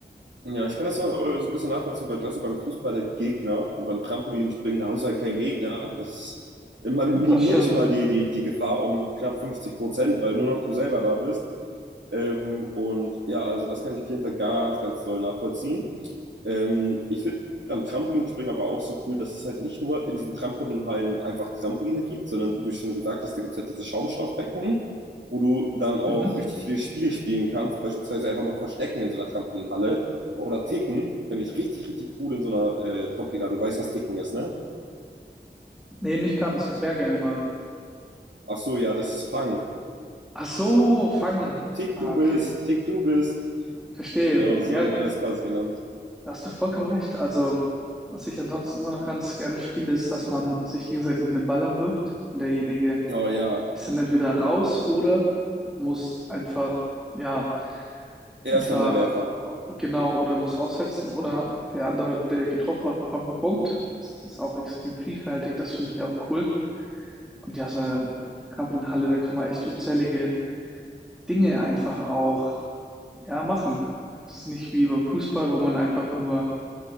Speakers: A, on the right; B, in the centre.
A: Ja, ich kann das so, äh, so ein bisschen nachvollziehen, weil du hast ja beim Fußball halt Gegner und beim Trampolinspringen hast du halt keinen Gegner. Das, man minimiert
B: das stimmt.
A: schon mal die, die, die Gefahr um knapp 50 Prozent, weil nur noch du selber da bist. Ähm, und ja, also das kann ich auf jeden Fall ganz, ganz doll nachvollziehen. Ähm, ich finde am Trampolinspringen aber auch so cool, dass es halt nicht nur in diesen Trampolinhallen einfach Trampoline gibt, sondern wie du schon gesagt hast, da gibt es halt diese Schaumstoffbecken, wo du dann auch
B: Mhm.
A: richtig viele Spiele spielen kannst, beispielsweise einfach mal Verstecken in so einer Trampolinhalle. Oder Ticken, finde ich richtig, richtig cool in so einer äh, Trampolinade. Du weißt, was Ticken ist, ne?
B: Nee, nicht ganz. Erklär gerne mal.
A: Ach so, ja, das ist Fangen.
B: Ach so, fangen.
A: Tick,
B: Ah,
A: du
B: okay.
A: bist, Tick, du bist.
B: Verstehe.
A: Genau, so
B: Ja,
A: haben wir das quasi genannt.
B: da hast du vollkommen recht. Also, was ich ansonsten immer noch ganz gerne spiele, ist, dass man sich gegenseitig mit dem Ball abwirft. Und derjenige
A: Oh ja,
B: ist dann entweder raus oder muss einfach, ja,
A: er
B: Einfach
A: ist dann der Werfer.
B: äh, genau oder muss aussetzen oder der andere, der getroffen hat, bekommt einen Punkt. Das ist auch extrem vielfältig, das finde ich auch cool. Und ja, so eine Trampolinhalle, da kann man echt unzählige Dinge einfach auch ja machen. Das ist nicht wie beim Fußball, wo man einfach nur